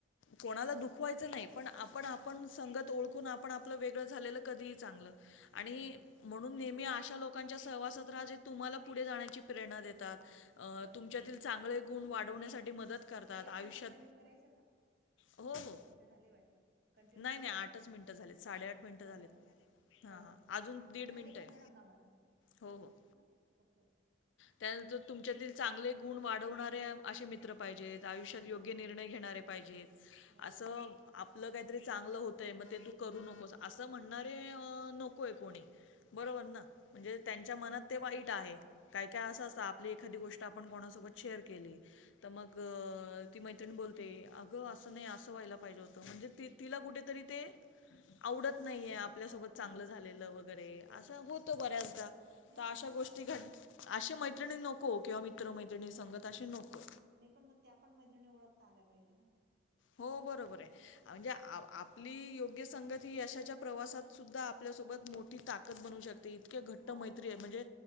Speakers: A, on the left (about 80°); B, on the right (about 55°).
A: कोणाला दुखवायचं नाही पण आपण आपण संगत ओळखून आपण आपलं वेगळं झालेलं कधीही चांगलं. आणि
B: बरोबर आहे ना
A: म्हणून नेहमी अशा लोकांच्या सहवासात त्राजे तुम्हाला पुढे जाण्याची प्रेरणा देतात अ
B: बरोबर
A: तुमच्या
B: आहे ना
A: तील चांगले गुण वाढवण्यासाठी मदत करतात.
B: ताई
A: आयुष्यात
B: आपण कंटिन्यू करायचं का?
A: हो, हो.
B: दहा मिनट झाले वाटतं कंटिन्यू
A: नाही,
B: करू
A: नाही
B: का
A: मिनिटं झालेत. मिनिटं
B: झालेय
A: झालेत.
B: का.
A: हां,
B: बरोबर
A: हां. अजून
B: हा झाले
A: मिनिटं
B: का
A: आहे.
B: मग सांगा मला.
A: हो हो.
B: हा ओके ओके.
A: त्यानंतर तुमच्यातील चांगले गुण वाढवणाऱ्या असे मित्र पाहिजेत आयुष्यात योग्य
B: हम्म.
A: निर्णय घेणारे पाहिजेत
B: हो
A: असं आपलं काहीतरी चांगलं होतंय मग ते तू करू नकोस असं म्हणणारे अ नकोय कोणी. बरोबर ना म्हणजे त्यांच्या मनात ते वाईट आहे काय काय असं असतं आपली एखादी गोष्ट आपण कोणासोबत शेअर केली तर मग ती मैत्रिणी बोलते अगं असं नाही असं व्हायला पाहिजे होतं म्हणजे ती तिला कुठेतरी ते आवडत नाहीये आप आपल्यासोबत
B: आवडत
A: चांगलं
B: नाही
A: झालेलं वगैरे
B: बरोबर
A: असं होतं बऱ्याचदा
B: नाही
A: तर अशा
B: असतं
A: गोष्टी
B: ना असं
A: घड अशे मैत्रिणी नको किंवा मित्र मैत्रिणी
B: नको
A: संगत अशी नको.
B: नाही पण मग त्या पण मैत्रिणी ओळखता आल्या पाहिजे ना.
A: हो बरोबर आहे म्हणजे
B: नको
A: अ आप आपली योग्य संगत ही यशाच्या प्रवासात सुद्धा आपल्यासोबत मोठी ताकद बनू शकते इतके घट्ट
B: हो
A: मैत्री आहेत म्हणजे